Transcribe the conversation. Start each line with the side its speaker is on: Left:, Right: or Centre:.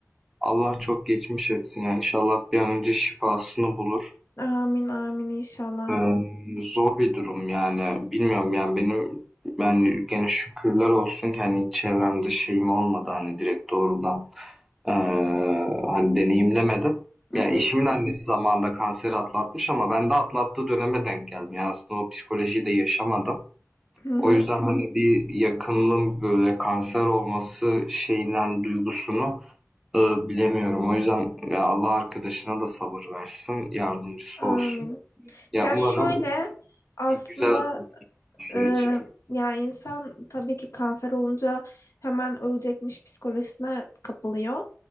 Centre: Allah çok geçmiş etsin ya. İnşallah bir an önce şifasını bulur.
Left: Amin amin inşallah.
Centre: Emm, zor bir durum yani. Bilmiyorum yani benim yani gene şükürler olsun ki, hani, hiç çevremde şeyim olmadı, hani, direkt doğrudan Eee, hani deneyimlemedim.
Left: Hı
Centre: Yani
Left: hı,
Centre: eşimin annesi zamanında kanseri atlatmış ama ben de atlattığı döneme denk geldim. Yani aslında o psikolojiyi de yaşamadım.
Left: hı hı,
Centre: O yüzden hani bir yakınının böyle kanser olması şeyinden duygusunu e, bilemiyorum. O yüzden ya Allah arkadaşına da sabır versin, yardımcısı
Left: amin.
Centre: olsun. Ya
Left: Ya
Centre: umarım
Left: şöyle aslında
Centre: güzel atlatır süreci.
Left: Ee, yani insan tabii ki kanser olunca hemen ölecekmiş psikolojisine kapılıyor.